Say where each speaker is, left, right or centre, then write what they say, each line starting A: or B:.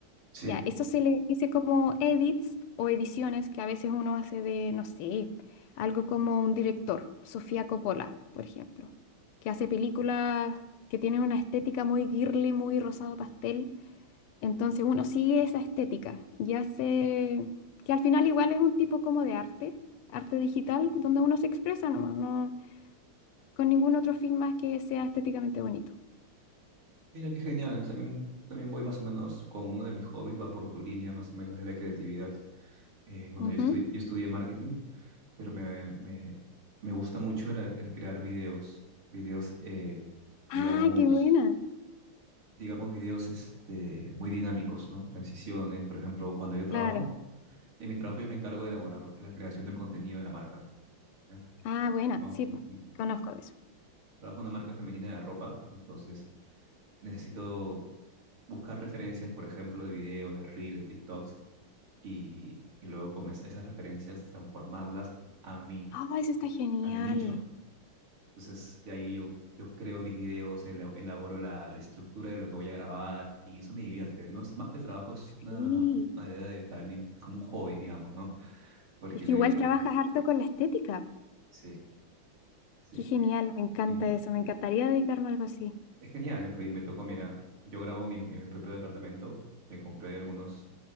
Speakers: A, on the right; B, on the left.
A: Sí.
B: Ya, eso se le dice como edits o ediciones que a veces uno hace de, no sé, algo como un director, Sofía Coppola, por ejemplo, que hace películas que tienen una estética muy girly, muy rosado pastel. Entonces uno sigue esa estética y hace, que al final igual es un tipo como de arte, arte digital, donde uno se expresa nomás, no con ningún otro fin más que sea estéticamente bonito.
A: Mira qué genial. También, también voy más o menos con uno de mis hobbies, va por tu línea más o menos de la creatividad. Eh, bueno,
B: Ujú.
A: yo, estu-
B: Sí.
A: yo estudié marketing, pero me, me, me gusta mucho el, el crear videos. Videos, eh, digamos,
B: Ah, qué buena.
A: digamos videos este, muy dinámicos, ¿no? Transiciones, por ejemplo, cuando yo trabajo,
B: Claro.
A: en mi trabajo yo me encargo de elaborar la creación del contenido de la marca. ¿ya?
B: Ah, buena.
A: Trabajo
B: Sí, po,
A: en-
B: conozco de eso.
A: trabajo en una marca femenina de ropa, entonces necesito buscar referencias, por ejemplo, de videos, de reels, de TikToks, y, y luego comenzar esas referencias, transformarlas a mí,
B: Ah, eso está genial.
A: a mi nicho. Entonces, de ahí yo, yo creo mis videos, ela- elaboro la, la estructura de lo que voy a grabar, y eso me divierte. No es más que trabajo, es una
B: Sí.
A: manera de, para mí, como un hobby, digamos, ¿no? Porque
B: Es que
A: le...
B: igual trabajas harto con la estética.
A: Sí, sí.
B: Qué genial, me encanta
A: Y-
B: eso. Me encantaría dedicarme a algo así.
A: Es genial, ¿no? pues me tocó, mira, yo grabo en mi, en mi propio departamento, me compré algunos,